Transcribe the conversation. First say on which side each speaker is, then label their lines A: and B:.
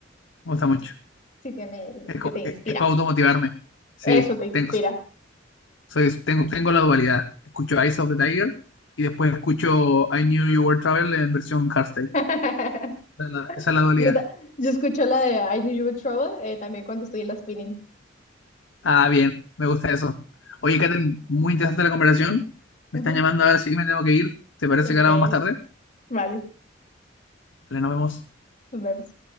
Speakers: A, on the left; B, on the left.
A: Me gusta mucho.
B: Sí, tiene,
A: Es, como-
B: te, te inspira.
A: es, para automotivarme. Sí,
B: Eso te
A: tengo.
B: inspira.
A: Soy, tengo, tengo la dualidad. Escucho Eyes of the Tiger y después escucho I Knew You Were Trouble en versión hardstyle.
B: <laughs>
A: Esa es la, esa es la dualidad.
B: Yo, ta- yo escucho la de I Knew You Were Trouble eh, también cuando estoy en la spinning.
A: Ah, bien, me gusta eso. Oye, Karen, muy interesante la conversación. Me
B: Ujú.
A: están llamando ahora sí, me tengo que ir. ¿Te parece
B: Ok,
A: que hablamos más tarde?
B: vale,
A: Dale, nos vemos.
B: nos vemos.